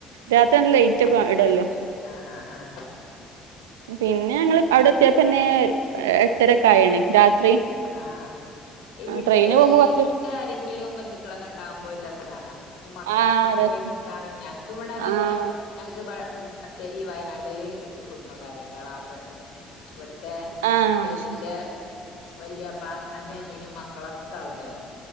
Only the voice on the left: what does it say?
അത്
ശരി.
ആഹ് ആഹ് ആഹ്
ആഹ് ഈ വിട്ട്
ഈ വിട്ട് ആരെങ്കിലും ബന്ധുക്കളൊക്കെ ഉണ്ടാകുമ്പോ ഒരു രസാണ് നമക്ക്. മക്കക്കൊക്കെ
പോയി
നിക്കാനോ ഞങ്ങക്ക് ഇവടെ അതേപോലെ
ഞ ബത്തേരി വയനാട്ല് കുടുംബക്കാര്ണ്ട് എളാപ്പണ്ട്. ഇവിട്ത്തെ ഹസ്ബൻഡിന്റെ
വല്യപ്പ അയിന്റെ അനിയനും മക്കളൊക്കെ അവ്ടെ